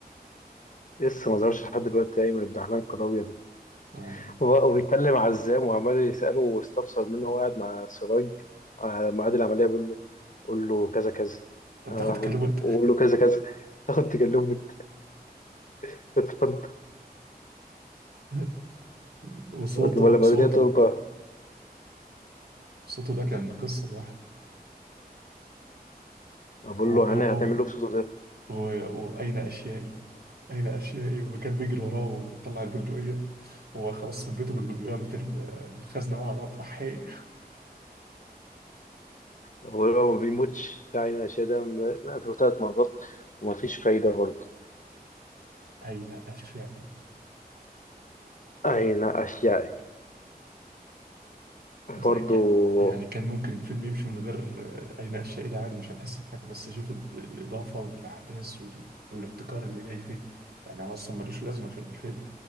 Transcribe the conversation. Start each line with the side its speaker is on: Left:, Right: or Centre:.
Left: لسه ما ظهرش لحد دلوقتي أيمن الدحلان الكراوية ده
Right: آه.
Left: وبقى- وبيتكلم عزام وعمال يسأله واستفسر منه وهو قاعد مع سراج على ميعاد العملية بيقول له قول له كذا كذا
Right: أنت
Left: أنا
Right: بتاخد
Left: راح بقول
Right: كلمة
Left: له وقول له كذا كذا تاخد تكلمة <laughs> اتفضل
Right: <laughs> وصوته
Left: ولا بدرية
Right: صوته
Left: طلبة
Right: صوته ده كان قصة لوحده
Left: بقول
Right: أو
Left: له
Right: أو
Left: أنا
Right: أو
Left: هتعمل له في صوته ده
Right: و- وأين أشيائي أين أشيائي وكان بيجري وراه وطلع البندقية هو خلاص ثبته بالبندقية مثل الخزنة وقع على الأرض أحي
Left: هو لو ما بيموتش فعلا أشياء مات ثلاث مرات وما فيش فايدة برضه
Right: أين أشيائي
Left: أين أشيائي
Right: بس
Left: برضه
Right: يع- يعني كان ممكن الفيلم يمشي من غير آه، أي نقاش عادي عادي مش هنحس بحاجة بس شوف ال- الإضافة والأحداث وال- والابتكار اللي جاي فيه يعني هو أصلا ملوش لازمة في الفيلم